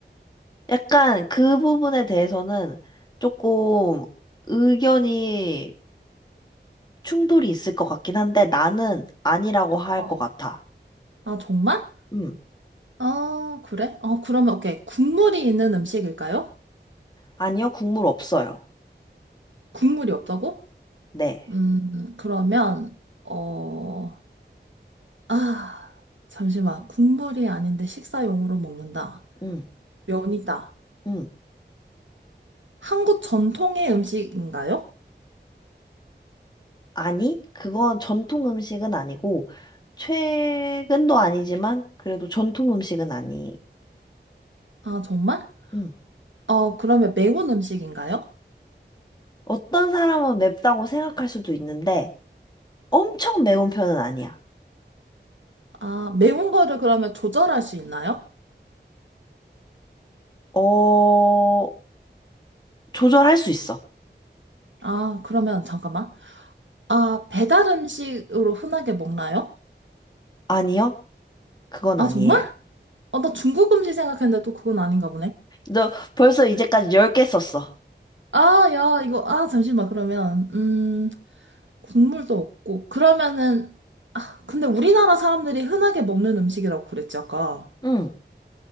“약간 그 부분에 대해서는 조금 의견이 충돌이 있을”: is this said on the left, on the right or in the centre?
Left